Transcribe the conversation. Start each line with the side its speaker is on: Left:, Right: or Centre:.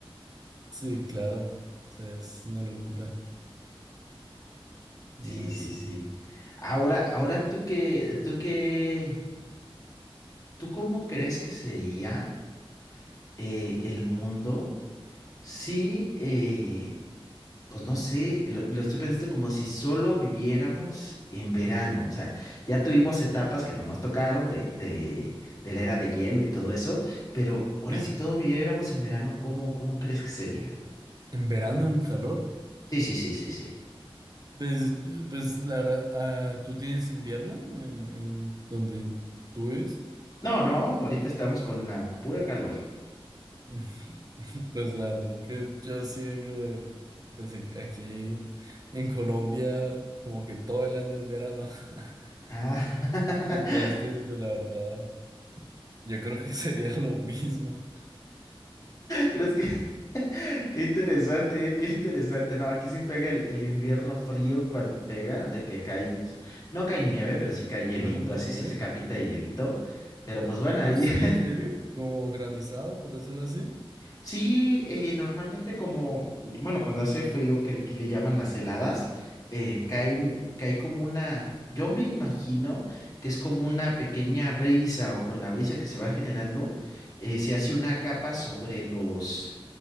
Right: sí, claro. O sea, es una locura. No,
Left: Sí, sí,
Right: sí.
Left: sí. Ahora, ahora tú qué, tú qué, ¿tú cómo crees que sería? eh, el mundo, sí, eh, pues no sé, lo, lo estoy pensando como si solo viviéramos en verano, o sea, ya tuvimos etapas que no nos tocaron de, de, de la era de hielo y todo eso, pero ahora
Right: Sí.
Left: si todo viviéramos en verano, ¿cómo, cómo crees que sería?
Right: ¿En verano, en calor?
Left: Sí, sí, sí, sí, sí.
Right: Pues, yo- pues la verdad, ah, ¿tú tienes invierno en, en donde tú vives?
Left: No, no, ahorita estamos con la pura calor.
Right: <laughs> Pues la verdad es que yo sí vengo de, pues en- aquí en Colombia, como que todo el año es verano. <laughs>
Left: Ah, <laughs>
Right: Entonces, pues la verdad, yo creo que <laughs> sería lo mismo.
Left: es que Qué interesante, eh, qué interesante. No, aquí sí pega el, el invierno frío cuando pega, de que cae, no cae nieve, pero sí cae hielito,
Right: ¿No nos queda
Left: así
Right: nieve?
Left: sí se capita de hielito. Pero pues bueno, ahí
Right: ¿Ah, sí?
Left: <laughs>
Right: ¿En serio? ¿Como granizado, por decirlo así?
Left: sí, eh, normalmente como, bueno, cuando hace frío, que aquí le llaman las heladas, eh, caen, cae como una, yo me imagino que es como una pequeña brisa o con la brisa que se va generando, eh, se hace una capa sobre los...